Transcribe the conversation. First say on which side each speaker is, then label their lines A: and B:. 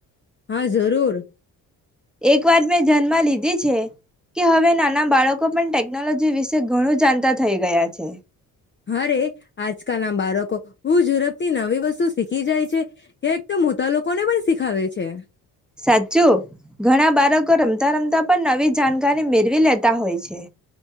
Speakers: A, on the left (about 25°); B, in the centre.
A: હા જરૂર.
B: એક વાત મેં ધય્નમાં લીધી છે કે હવે નાના બાળકો પણ ટેકનોલોજી વિશે ઘણું જાણતા થઈ ગયા છે.
A: હા રે આજકાલ ના બાળકો હું ઝડપ થી નવી વસ્તુ. શીખી જાય છે કે એકદમ મોટા લોકોને પણ શીખાવે છે.
B: સાચું ઘણા બાળકો રમતા રમતા પણ નવી જાણકારી મેળવી લેતા હોય છે.